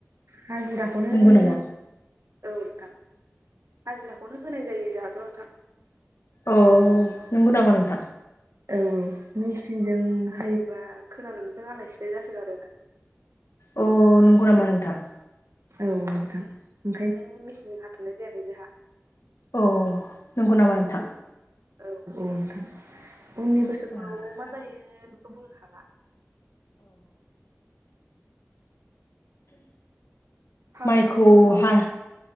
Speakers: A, on the right (about 80°); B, on the left (about 80°).
A: हाजिराखौनो
B: नंगौ
A: औ
B: नामा
A: नोंथां हाजिराखौनो होनाय जायो जोंहाथ' नोंथां
B: अ नंगौ नामा नोंथां
A: औ मेचिनजों हायोबा खोनानो मोनदों आलाय सिलाय जासोगारो होननानै
B: अ नंगौ नामा नोंथां?
A: औ औ नोंथां ओंखायनो मेचिनजों हाथ'नाय जायाखै जोंहा।
B: अ नंगौ नामा नोंथां?
A: औ औ नोंथां। उननि बोसोरफोराव
B: अ
A: मा जायो बेखौ बुंनो हाला। हाखांनायनि
B: माइखौहा
A: उनाव